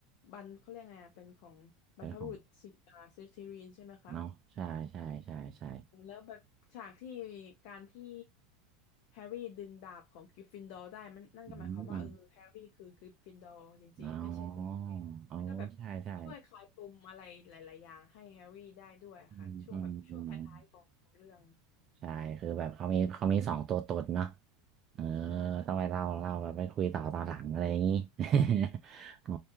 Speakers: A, on the left; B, on the right.
A: บรรเขาเรียกไงอะเป็นของบรรพบุรุษสิอ่าสลิธีรินใช่ไหมคะ
B: เป็นของเนาะใช่ใช่ใช่ใช่
A: แล้วแบบฉากที่การที่แฮร์รี่ดึงดาบของกริฟฟินดอร์ได้มันนั่นก็หมายความว่าเออแฮร์รี่คือกริฟฟินดอร์จริงๆไม่ใช่เซเปียแล้วก็แบบช่วยคลายปมอะไรหลายๆอย่างให้แฮร์รี่ได้ด้วยค่ะช่วงแบบช่วงท้ายๆของของเรื่อง
B: อืมอ๋อเอ๋อใช่ใช่อืมอืมอืมใช่คือแบบเขามีเขามีสองตัวตนเนาะเออ
A: ใช่
B: ต้องไปเล่าเล่าแบบไปคุยต่อตอนหลังอะไรอย่างงี้ <laughs> อ๋อ